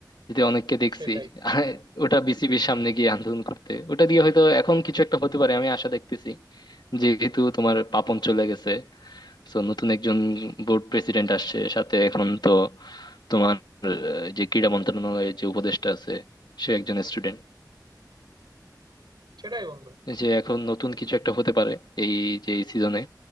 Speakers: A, on the left (about 80°); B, on the right (about 85°).
A: যদি অনেককে দেখছি
B: সেটাই
A: আর ওটা বিসিবির সামনে গিয়ে আন্দোলন করতে ওটা দিয়ে হয়তো এখন কিছু একটা হতে পারে আমি আশা দেখতেছি যেহেতু তোমার পাপন চলে গেছে তো নতুন একজন বোর্ড প্রেসিডেন্ট আসছে সাথে এখন তো তোমার আহ, যে ক্রীড়া মন্ত্রণালয়ের যে উপদেষ্টা আছে সে একজন স্টুডেন্ট
B: সেটাই বন্ধু
A: যে এখন নতুন কিছু একটা হতে পারে এই যে এই সিজনে